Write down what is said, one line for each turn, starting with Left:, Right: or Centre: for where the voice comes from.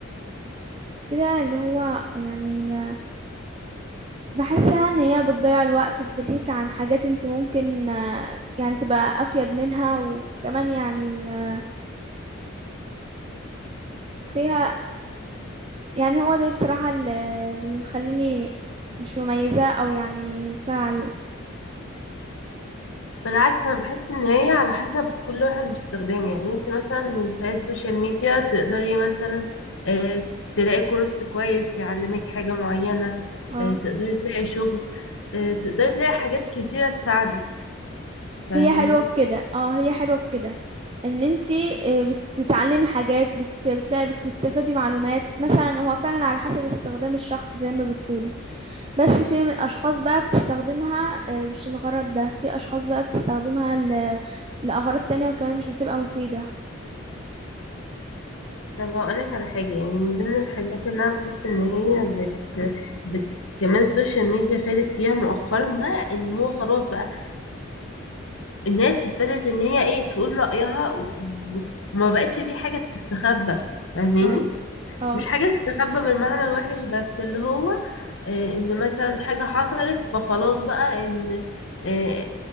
Right: كده اللي هو يعني آه، بحسها ان هي بتضيع الوقت بتلهيك عن حاجات انت ممكن آه، يعني تبقى افيد منها وكمان يعني آه، فيها يعني هو ده بصراحة اللي اللي مخليني مش مميزة او يعني فيها عيوب
Left: بالعكس انا بحس ان هي على حسب كل واحد باستخدامه يعني انت مثلا من خلال السوشيال ميديا تقدري مثلا آه، تلاقي كورس كويس يعلمك حاجة معينة
Right: اه
Left: آه، تقدري تلاقي شغل آه، تقدري تلاقي حاجات كتيرة تساعدك فاهمين
Right: هي حلوة في كده اه هي حلوة في كده ان انتي آه، بتتعلمي حاجات بت... بتلاقي بتستفادي معلومات مثلا هو فعلا على حسب استخدام الشخص زي ما بتقولي بس في من اشخاص بقى بتستخدمها آه، مش الغرض ده في اشخاص بقى بتستخدمها ل... لأغراض تانية وكمان مش بتبقى مفيدة
Left: طب هقولك على حاجة يعني من ضمن الحاجات اللي انا بحس ان هي بت... بت... كمان السوشيال ميديا فادت فيها مؤخرا بقى ان هو خلاص بقى الناس ابتدت ان هي ايه تقول رأيها و- و- وما بقتش في حاجة بتستخبى فاهماني
Right: اه اه
Left: مش حاجة تستخبى بالمعنى الوحش بس اللي هو آه، ان مثلا حاجة حصلت فخلاص بقى ان آه،